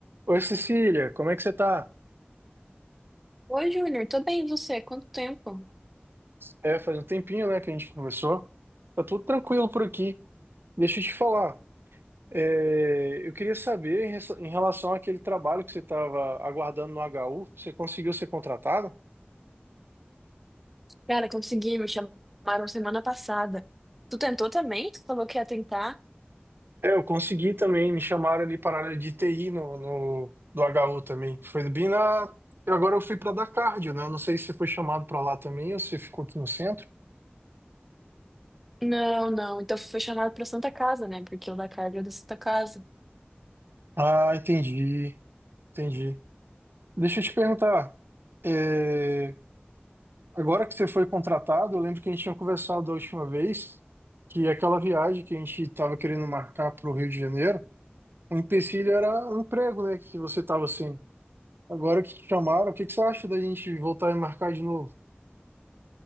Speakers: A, on the right; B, in the centre.
A: Oi, Cecília, como é que você tá?
B: Oi, Júnior, tô bem, e você? Quanto tempo?
A: É, faz um tempinho, né, que a gente conversou. Tá tudo tranquilo por aqui. Deixa eu te falar. é, eu queria saber em res- em relação àquele trabalho que você estava aguardando no HU, você conseguiu ser contratada?
B: Cara, consegui, me chamaram semana passada. Tu tentou também? Tu falou que ia tentar?
A: É, eu consegui também, me chamaram ali para a área de TI no, no- do HU também. Foi bem na. eu Agora eu fui para dar cardio, né? Eu Não sei se você foi chamado para lá também ou se ficou aqui no centro.
B: Não, não, então foi chamado pra Santa Casa, né? Porque o da Carga é da Santa Casa.
A: Ah, entendi, entendi. Deixa eu te perguntar. é, Agora que você foi contratado, eu lembro que a gente tinha conversado da última vez que aquela viagem que a gente estava querendo marcar para o Rio de Janeiro, o empecilho era o emprego, né? Que você estava assim. Agora que te chamaram, o que que você acha da gente voltar e marcar de novo?